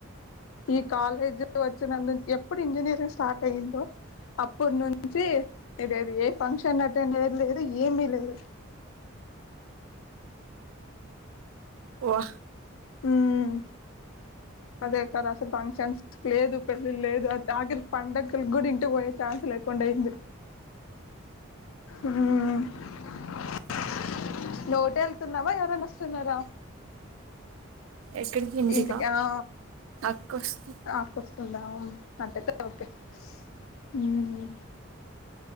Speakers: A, on the left; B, on the right.
A: ఈ కాలేజ్ వచ్చినందు ఎప్పుడు ఇంజ ఇంజనీరింగ్ స్టార్ట్ అయిందో అప్పుడు నుంచి ఇదేది ఏ ఫంక్షన్ అటెండ్ లే లేదు ఏమి లేదు
B: వా
A: హ్మ్ అదే కద అసలు ఫంక్షన్స్ లేదు పెళ్ళిళ లేదు ఆకరికి పండగలు కూడా ఇంటికి పోయే ఛాన్స్ లేకుండా అయింది ఆ నువ్వు ఒకటే ఎళ్తున్నావా ఎవరన్నా వస్తున్నారా
B: ఎక్కడికి ఇంటికా
A: ఇంటికి ఆ
B: అక్క వస్తుంది
A: అక్క వస్తుందా అట్లైతే ఒకే హ్మ్మ్